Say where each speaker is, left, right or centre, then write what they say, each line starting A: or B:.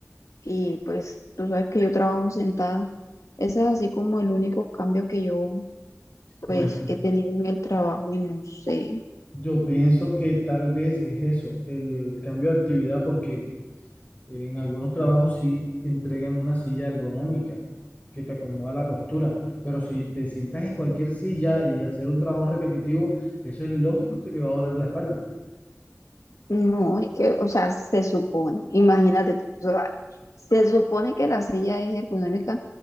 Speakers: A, on the left; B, on the left.
A: y pues tú sabes que yo trabajo sentada. Ese es así como el único cambio que yo pues
B: Bueno,
A: he tenido en el trabajo y no sé.
B: yo pienso que tal vez es eso, el cambio de actividad, porque en algunos trabajos sí entregan una silla ergonómica que te acomoda la postura, pero si te sientas en cualquier silla y hacer un trabajo repetitivo, eso es lógico que te va a doler la espalda.
A: No, es que, o sea, se supone, imagínate, tú, o sea, se supone que la silla es ergonómica,